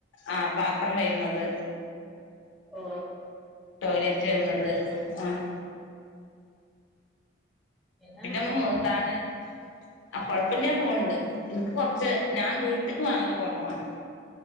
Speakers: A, on the left (about 85°); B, in the centre.
A: ആ പാത്രം കഴിക്ണത്,
B: ഓ
A: ടോയ്ലറ്റ്
B: അങ്ങനെയുള്ള
A: കഴികണത് ആഹ്
B: എങ്ങനെയുണ്ട്
A: പിന്നെ നമ്മ
B: ഇപ്പം
A: മോന്താണ് ആഹ് കുഴപ്പല്ല്യ പോണ്ട് എനിക്ക് കുറച്ച് ഞാൻ വീട്ടിക്ക് വാങ്ങല് കുറവാണ്